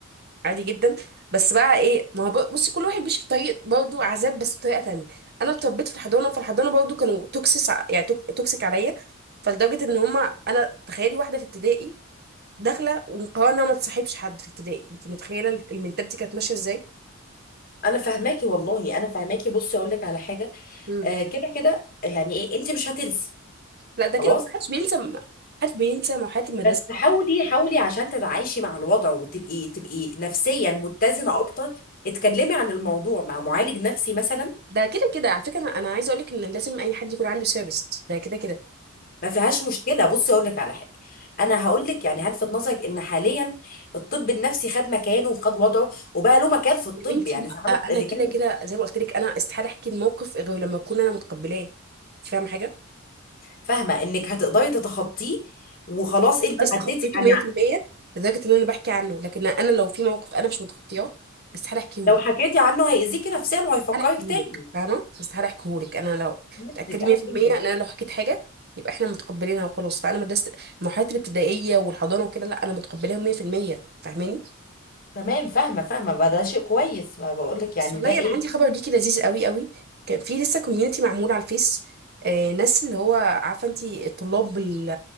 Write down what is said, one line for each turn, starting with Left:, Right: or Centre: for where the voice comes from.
Right: عادي جدا بس بقى ايه ما هو بق- بصي كل واحد بيمشي في طريق برضه عذاب بس بطريقه تانية انا اتربيت في الحضانه فالحضانه برضه كانوا توكسيس يعني توك- توكسيك عليا فلدرجه ان هما انا تخيلي واحده في ابتدائي داخله ومقررة انها ما تصاحبش حد في ابتدائي انت متخيله المنتاليتي كانت ماشيه ازاي
Left: انا فاهماكي والله انا فاهماكي بصي اقول لك على حاجه
Right: مم.
Left: آه كده كده يعني ايه انت مش هتنسي
Right: لا ده
Left: خلاص
Right: كده ما حدش بينسى ما حدش بينسى محاضرات المدرسه
Left: بس حاولي حاولي عشان تتعايشي مع الوضع وتبقي تبقي نفسيا متزنه اكتر اتكلمي عن الموضوع مع معالج نفسي مثلا
Right: ده كده كده على فكره انا أنا عايزه اقول لك ان لازم اي حد يكون عنده سيرفيس ده كده كده
Left: ما فيهاش مشكله بصي اقول لك على حاجه انا هقول لك يعني هلفت نظرك ان حاليا الطب النفسي خد مكانه وخد وضعه وبقى له مكان في الطب
Right: يا بنتي
Left: يعني زمان
Right: آه، انا
Left: اللي
Right: كده
Left: كان
Right: كده زي ما قلت لك انا استحاله احكي الموقف غير لما اكون انا متقبلاه انت فاهمه حاجه
Left: فاهمه انك هتقدري تتخطيه وخلاص انت
Right: بس
Left: عديتي
Right: تخطيته
Left: يعني
Right: 100% لدرجه ان انا بحكي عنه لكن انا لو في موقف انا مش متخطياه استحاله احكيه
Left: لو
Right: لك
Left: حكيتي عنه هيأذيكي نفسيا وهيفكرك
Right: استحاله احكيه
Left: تاني
Right: لك فاهمه استحاله احكيه لك انا لو
Left: فهمتك
Right: متاكده
Left: انا
Right: 100%
Left: فهمتك
Right: ان انا لو حكيت حاجه يبقى احنا متقبلينها وخلاص فانا مدرسه المرحله الابتدائيه والحضانه وكده لا انا متقبلاهم 100% فاهماني
Left: تمام فاهمه فاهمه بقى ده شيء كويس ما بقول لك يعني
Right: بس والله
Left: ده ايه
Right: انا عندي خبر ليكي لذيذ قوي قوي كان في لسه كوميونتي معمول على الفيس آه ناس اللي هو عارفه انت طلاب ال-